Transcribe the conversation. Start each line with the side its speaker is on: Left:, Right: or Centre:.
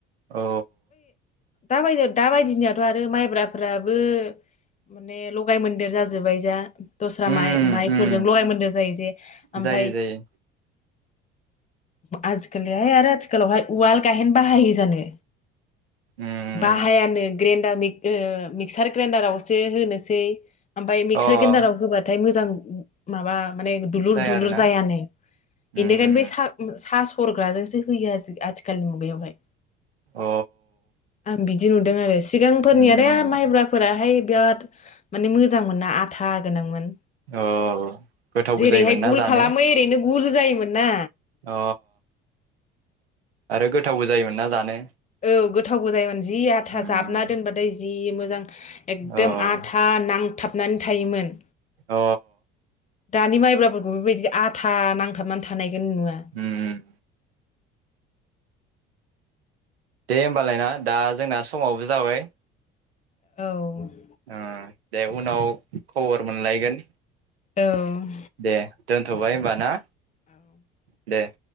Right: औ
Left: दा बायदि दा बायदिनियाथ' आरो माइब्राफ्राबो माने लगाय मोन्देर जाजोबबाय जा दस्रा
Right: उम
Left: माइ माइफोरजों
Right: उम
Left: लगाय मोनदेर जायो जे ओमफाय
Right: जायो जायो
Left: आजिखालिहाय आरो आथिखालावहाय उवाल गायहेन बाहायो जानो?
Right: उम
Left: बाहायानो ग्रेडार <unintelligible> मिक्सार ग्रेन्डारावसो होनोसै ओमफ्राय मिक्सार
Right: अ
Left: ग्रेन्दडाराव होबाथाय मोजां माबा माने दुलुर
Right: जाया
Left: दुलुर
Right: आरोना
Left: जायानो
Right: उम
Left: बेनिखायनो बै सा सा सरग्राजोंसो होयो आजि आथिखालनि मुगायावहाय
Right: औ
Left: आं बि दि नुदों आरो सिगांफोरनि
Right: उम
Left: आरो माइब्राफोराहाय बिराद माने मोजांमोन ना आथा गोनांमोन।
Right: औ गोथावबो
Left: जेरैहाय
Right: जायोमोन
Left: गुगोल
Right: ना जानो
Left: खालामो ओरैनो गुरु जायोमोन ना
Right: अ आरो गोथावबो जायोमोन ना जानो
Left: औ गोथावबो जायोमोन जि आथा
Right: उम
Left: जाबना दोनबाथाय जि मोजां एकदम
Right: औ
Left: आथा नां थाबनानै थायोमोन।
Right: अ
Left: दानि माइब्राफोरखौ बेबायदि आद था नांथाबनानै थानायखौनो नुवा।
Right: उम दे होमबालायना दा जोंना समावबो जाबाय।
Left: औ
Right: ओ दे उनाव खबर मोनलायगोन।
Left: औ
Right: दे दोनथ'बाय होमबा ना
Left: औ
Right: दे